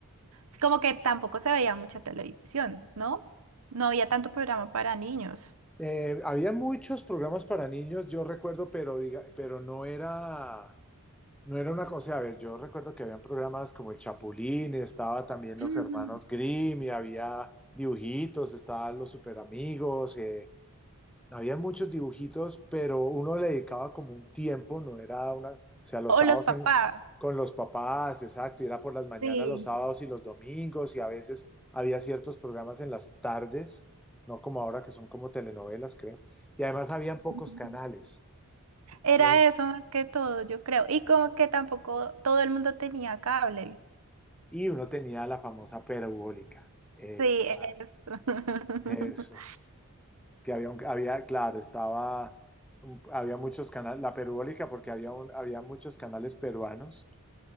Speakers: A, on the right (about 75°); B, in the centre.
A: es como que tampoco se veía mucha televisión, ¿no? No había tanto programa para niños.
B: Eh, había muchos programas para niños, yo recuerdo, pero, diga, pero no era... No era una cosa, a ver, yo recuerdo que habían programas como El Chapulín, estaba también
A: Ujú.
B: Los Hermanos Grimm, y había dibujitos, estaban Los Superamigos, eh, había muchos dibujitos, pero uno le dedicaba como un tiempo, no era una, o sea, los
A: O
B: sábados
A: los papás.
B: en la- con los papás, exacto, y era por las mañanas
A: Sí.
B: los sábados y los domingos, y a veces había ciertos programas en las tardes, no como ahora que son como telenovelas, creo, y además habían pocos
A: <laughs>
B: canales. Es
A: Era
B: que
A: eso más que todo, yo creo. Y como que tampoco todo el mundo tenía cable.
B: Y uno tenía la famosa perubólica. Exacto.
A: Sí, eso. <laughs>
B: Eso. Que había, un- había, claro, estaba, había muchos canales, la perubólica porque había, un- había muchos canales peruanos.